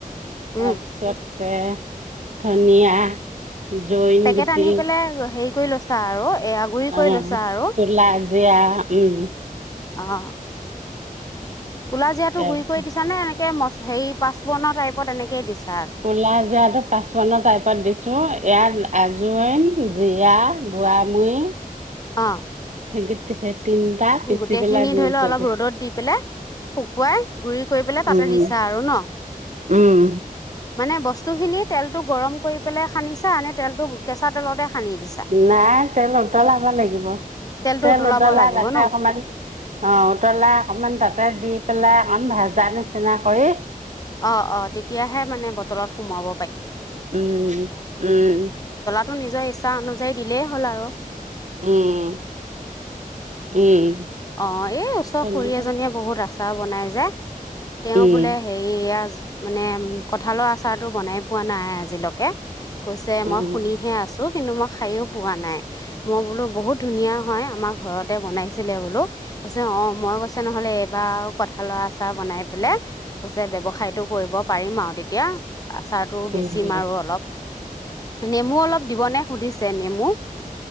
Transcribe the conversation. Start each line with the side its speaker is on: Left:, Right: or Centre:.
Left: উম
Right: তাৰপিছতে ধনিয়া জইন
Left: পেকেট
Right: গুটি
Left: আনি পেলাই হেৰি কৰি লৈছা আৰু। এয়া গুৰি কৰি
Right: অঁ
Left: লৈছা আৰু
Right: <unintelligible> জিয়া উম।
Left: অঁ। কলা জিৰাতো
Right: তাৰপিছত
Left: গুৰি কৰি দিছা নে এনেকে <unintelligible> হেৰি পাচপুৰনৰ টাইপত এনেকেই দিছ
Right: ক'লা জিৰাটো পাঁচপূৰণৰ টাইপত দিছো, ইয়াত আজওইন জিৰা গৰামুৰি
Left: অঁ।
Right: <unintelligible> পিচি
Left: গোটেই
Right: পেলাই
Left: খিনি
Right: গুৰি
Left: ধৰি ল
Right: কৰি
Left: অলপ
Right: লৈছোঁ।
Left: ৰ'দত দি পেলাই শুকুৱাই গুৰি কৰি পেলাই তাতে
Right: উম,
Left: দিছা আৰু ন,
Right: উম,
Left: মানে বস্তু- বস্তুখিনি তেলটো গৰম কৰি পেলাই সানিচা, নে তেলটো কেঁচা তেলতে সানি দিছা
Right: নাই তেল উতলাব লাগিব,
Left: তেলটো
Right: তেল
Left: উতলাব
Right: উতলাই
Left: লাগিব
Right: তাতে
Left: ন
Right: অকমান অঁ উতলা অকমান তাতে দি পেলাই অকন ভাজা নিচিনা কৰি
Left: অঁ, অঁ, তেতিয়াহে মানে বটলত সোমাব।
Right: উম, উম।
Left: টো নিজৰ ইচ্ছা অনুযায়ী দিলেই হ'ল আৰু।
Right: উম। উম।
Left: অঁ, এই ওচৰ
Right: তেনেকে
Left: খুৰ এজনীয়ে বহুত আছে আচাৰ বনাই যে। তেওঁ
Right: উম,
Left: বোলে হেৰিয়া- মানে কঁঠালৰ আচাৰটো বনাই পোৱা নাই আজিলৈকে। কৈছে
Right: উম,
Left: মই শুনিহে আছো। কিন্তু মই খাইও পোৱা নাই, মই বোলো বহুত ধুনীয়া হয় আমাৰ ঘৰতে বনাইছিলে বো কৈছে অঁ মই কৈছে নহ'লে এইবাৰ আৰু কথা হালোৱা আচাহ বনাই পেলাই কৈছে ব্যৱসায়তটো কৰিব পাৰিম আৰু তেতিয়া- আচাৰতটো
Right: উম,
Left: বেছি মাৰো অলপ- নেমু অলপ দিবনে সুধিছে নেমু-